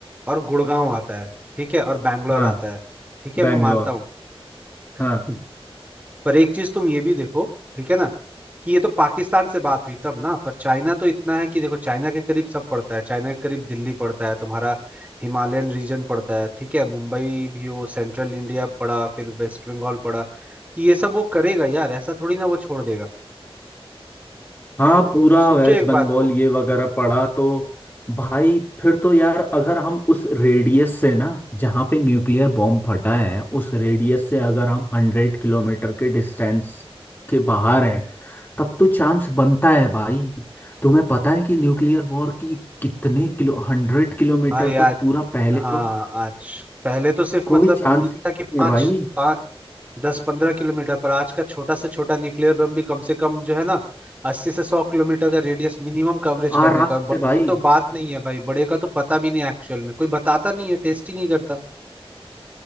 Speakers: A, on the right (about 15°); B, on the left (about 20°).
A: और गुड़गांव आता है ठीक है और बैंगलोर
B: हाँ
A: आता है ठीक है
B: बैंगलोर
A: मैं मानता हूँ
B: हाँ
A: हम्म। पर एक चीज तुम ये भी देखो ठीक है ना कि ये तो पाकिस्तान से बात हुई तब ना पर चाइना तो इतना है कि देखो चाइना के करीब सब पड़ता है चाइना के करीब दिल्ली पड़ता है तुम्हारा हिमालयन रीजन पड़ता है ठीक है मुंबई भी वो सेंट्रल इंडिया पड़ा फिर वेस्ट बंगाल पड़ा तो ये सब वो करेगा यार ऐसा थोड़ी ना वो छोड़ देगा
B: हाँ पूरा
A: सोचो
B: वेस्ट
A: एक
B: बंगाल
A: बात को
B: ये वगैरह पड़ा तो भाई फिर तो यार अगर हम उस रेडियस से ना जहाँ पे न्यूक्लियर बॉम्ब फटा है उस रेडियस से अगर हम हंड्रेड किलोमीटर के डिस्टेंस के बाहर हैं तब तो चांस बनता है भाई तुम्हें पता है कि न्यूक्लियर वॉर की कितने किलो हंड्रेड किलोमीटर
A: भाई
B: तक
A: आज
B: पूरा पहले
A: हाँ
B: तो
A: आज पहले तो सिर्फ
B: कोई
A: मतलब
B: चांस
A: तीन
B: ही नहीं
A: था कि पाँच
B: है भाई
A: पाँच दस पंद्रह किलोमीटर पर आज का छोटा से छोटा न्यूक्लियर बम भी कम से कम जो है ना अस्सी से सौ किलोमीटर का रेडियस मिनिमम कवरेज करने
B: आराम
A: का और बड़े
B: से भाई
A: की तो बात नहीं है भाई बड़े का तो पता भी नहीं एक्चुअल में कोई बताता नहीं है टेस्ट ही नहीं करता